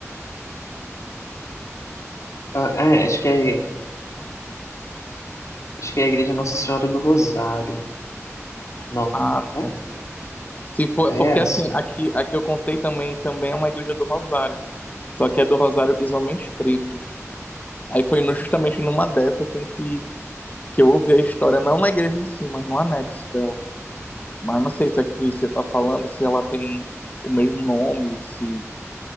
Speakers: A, on the left; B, on the left.
A: Ah, é, acho que é, acho que é a Igreja Nossa Senhora do Rosário. Não.
B: Ah,
A: É,
B: tá. Se for,
A: é
B: é porque
A: essa.
B: assim, aqui, aqui eu contei também, também é uma igreja do Rosário, só que é do Rosário dos Homens Pretos. Aí foi no- justamente numa dessas, assim, que, que eu ouvi a história, não na igreja em si, mas no anexo dela. Mas não sei se aqui você tá falando, se ela tem o mesmo nome, se